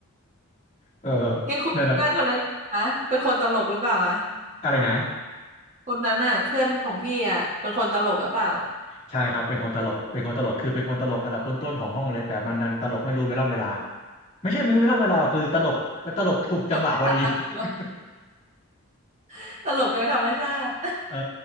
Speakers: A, on the left; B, on the right.
A: เออ
B: ยังคุยกับเพื่อนคนนั้นอยู่นะเป็นคนตลกหรือเปล่าอะ
A: นั่นนะอะไรนะ
B: คนนั้นอ่ะเพื่อนของพี่อ่ะ เป็นคนตลกหรือเปล่า
A: ใช่ครับเป็นคนตลกเป็นคนตลกคือเป็นคนตลกอันดับต้นๆของห้องเลยแต่มันดันตลกไม่รู้เวลาเวลาไม่ใช่ไม่รู้เวลาเวลาคือตลกตลกถูกจังหวะพอดี
B: ตั้งตัว
A: <laughs>
B: <laughs> ตลกโดยธรรมชาติ
A: เออ